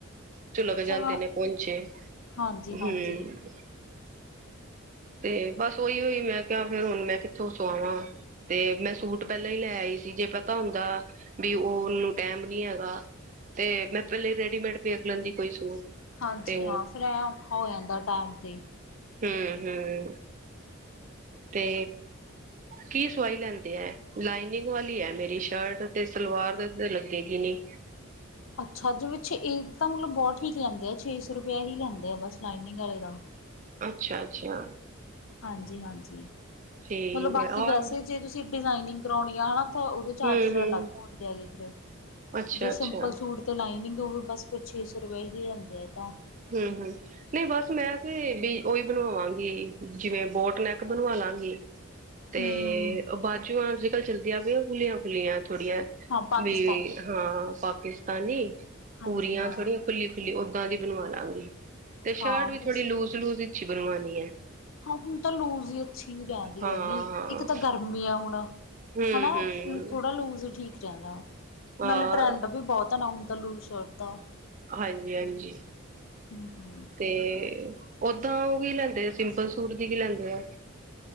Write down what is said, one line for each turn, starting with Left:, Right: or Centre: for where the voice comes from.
Right: ਚੁਲਕ
Left: ਚਲੋ
Right: ਜਾਦੇ ਨੇ ਪੋੰਚੇ,
Left: ਹਾਂਜੀ ਹਾਂਜੀ
Right: ਹੂੰ। ਤੇ ਬਸ ਓਈਓ ਈ ਮੈਂ ਕਿਆ ਫੇਰ ਹੁਣ ਮੈਂ ਕਿੱਥੋਂ ਸਾਵਾਵਾਂ। ਤੇ ਮੈਂ ਸੂਟ ਪਹਿਲਾਂ ਈ ਲੈ ਆਈ ਸੀ, ਜੇ ਪਤਾ ਹੁੰਦਾ ਵੀ ਓ ਉਹਨੂੰ ਟੈਮ ਨੀ ਹੈਗਾ ਤੇ ਮੈਂ ਪੈਲੇ ਈ ਰੈਡੀਮੇਡ ਦੇਖ ਲੈਦੀ ਕੋਈ ਸੂਟ।
Left: ਹਾਂਜੀ
Right: ਤੇ
Left: ਹਾਂ, ਫਿਰ ਐ ਔਖਾ ਹੋ ਜਾਂਦਾ ਟਾਈਮ 'ਤੇ
Right: ਹੂੰ-ਹੂੰ ਤੇ, ਕੀ ਸਵਾਈ ਲੈਂਦੇ ਐ ਲਾਈਨਿੰਗ ਵਾਲੀ ਆ ਮੇਰੀ ਸ਼ਰਟ ਤੇ ਸਲਵਾਰ ਦੇ ਉਤੇ ਲੱਗੇਗੀ ਨਹੀ,
Left: ਅੱਛਾ, ਜਿਵੇ ਛ ਇਹ ਤਾਂ ਮਤਲਬ ਬਹੁਤ ਠੀਕ ਲੈਂਦੇ ਆ ਛੇ ਸੌ ਰੁਪਇਆ ਹੀ ਲੈਂਦੇ ਆ ਬਸ ਲਾਈਨਿੰਗ ਆਲੇ ਦਾ,
Right: ਅੱਛਾ-ਅੱਛਾ।
Left: ਹਾਂਜੀ-ਹਾਂਜੀ,
Right: ਠੀਕ
Left: ਮਤਲਬ ਬਾਕੀ
Right: ਹੈ ਆਹ
Left: ਵੈਸੇ ਜੇ ਤੁਸੀਂ ਡਿਜ਼ਾਇਨਿੰਗ ਕਰਵਾਉਣੀ ਆ ਹਨਾ, ਤਾਂ ਉਹਦੇ ਚਾਰਜ
Right: ਹੂੰ ਹੂੰ
Left: ਅਲੱਗ ਹੁੰਦੇ ਹੈ ਗੇ ਫਿਰ
Right: ਅੱਛਾ
Left: ਜੇ
Right: ਅੱਛਾ
Left: ਸਿੰਪਲ ਸੂਟ, ਤੇ ਲਾਈਨਿੰਗ ਹੋਵੇ ਬੱਸ ਫਿਰ ਛੇ ਸੌ ਰੁਪਏਆ ਹੀ ਲਹਿੰਦੇ ਆ ਤਾਂ,
Right: ਹੂੰ-ਹੂੰ, ਨਹੀ ਬਸ ਮੈਂ ਤੇ ਵੀ ਉਹੀ ਬਣਵਾ ਵਾਂਗੀ, ਜਿਵੇਂ ਬੋਟਨੈਕ ਬਣਵਾ ਲਾਂਗੀ। ਤੇ
Left: ਹੂੰ,
Right: ਬਾਜੂ ਆ ਅੱਜ ਕੱਲ ਚੱਲਦੀਆਂ ਪਈ ਖੁੱਲੀਆਂ ਖੁੱਲੀਆਂ ਥੋੜੀਆਂ,
Left: ਹਾਂ ਪਾਕਿਸਤਾਨੀ
Right: ਵੀ ਹਾਂ ਪਾਕਿਸਤਾਨੀ
Left: ਹਾਂਜੀ
Right: ਪੂਰੀਆਂ
Left: ਹਾਂ,
Right: ਥੋੜੀਆਂ ਖੁੱਲੀ-ਖੁੱਲੀ ਓਦਾਂ ਦੀ, ਬਣਵਾ ਲਾਂਗੀ ਤੇ ਸ਼ਰਟ
Left: ਹਾਂ
Right: ਵੀ
Left: ਬਸ।
Right: ਥੋੜੀ ਲੂਜ-ਲੂਜ ਵਿੱਚ ਹੀ ਬਣਵਾਉਣੀ ਹੈ।
Left: ਹਾਂ, ਹੁਣ ਤਾਂ ਲੂਜ਼ ਹੀ ਅੱਛੀ ਰਹਿੰਦੀ
Right: ਹਾਂ-ਹਾਂ
Left: ਹੈ ਗੀ, ਇੱਕ ਤਾਂ ਗਰਮੀ ਹੈ ਹੁਣ।
Right: ਹੂੰ-ਹੂੰ
Left: ਹਨਾ, ਥੋੜਾ ਲੂਜ ਹੀ ਠੀਕ ਰਹਿੰਦਾ ਵਾ
Right: ਹਾਂ
Left: ਨਾਲੇ ਟਰੈਂਡ ਵੀ ਬਹੁਤ ਹੈ ਨਾ ਹੁਣ ਤਾਂ ਲੂਜ, ਚੌੜਦਾਂ,
Right: ਹਾਂਜੀ-ਹਾਂਜੀ,
Left: ਹੂੰ-ਹੂੰ
Right: ਤੇ ਓਦਾਂ ਉਹ ਵੀ ਲੈਂਦੇ ਆ, ਸਿੰਪਲ ਸੂਟ ਦੀ ਵੀ ਲੈਂਦੇ ਆ।